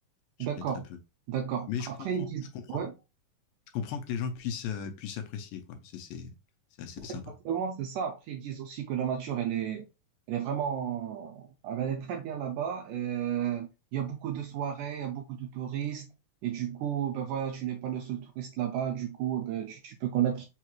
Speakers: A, on the left; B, on the right.
A: Je
B: D'accord,
A: connais très peu.
B: d'accord.
A: Mais je
B: Après,
A: comprends,
B: ils disent,
A: je comprends.
B: ouais,
A: Je comprends que les gens puissent, euh, puissent apprécier, quoi, parce que c'est, c'est assez
B: Ouais,
A: sympa.
B: Exactement, c'est ça. Après, ils disent aussi que la nature, elle est, elle est vraiment, elle est très bien là-bas. Euh, il y a beaucoup de soirées, il y a beaucoup de touristes. Et du coup, ben voilà, tu n'es pas le seul touriste là-bas. Du coup, ben, tu, tu peux connaître